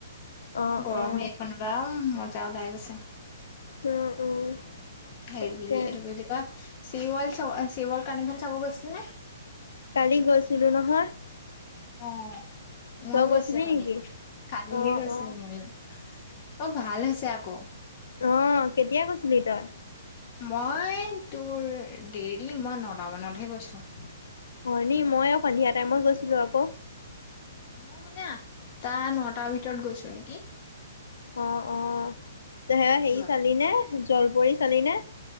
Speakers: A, on the left; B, on the left.
A: অ',
B: গৰমেইখন
A: অ
B: আম মজা ওলাই গৈছে
A: উম, উম,
B: হেৰি
A: তাকে
B: এইটো কি বুলি কয় চি ৱল চ চিৱল কানি ভ চাব গৈছিল নে
A: কালি গৈছিলো নহয়
B: অ ময়ো
A: তই
B: গৈছিলো
A: গৈছিলি
B: কালি
A: নেকি?
B: কালিহে
A: অ',
B: গৈছিলো
A: অ',
B: ময়ো অ ভাল হৈছে আকৌ
A: অ', কেতিয়া গৈছিলি তই
B: মই তোৰ দেৰি মই নতামানতহে গৈছো
A: হয় নি মই সন্ধিয়া টাইমত গৈছিলো আকৌ
B: অ মই মানে আঠটা নটাৰ ভিতৰত গৈছো নেকি
A: অ অ সেই
B: হেৰি
A: হে
B: যোৱা
A: চালি নে জলপৰি চালিনে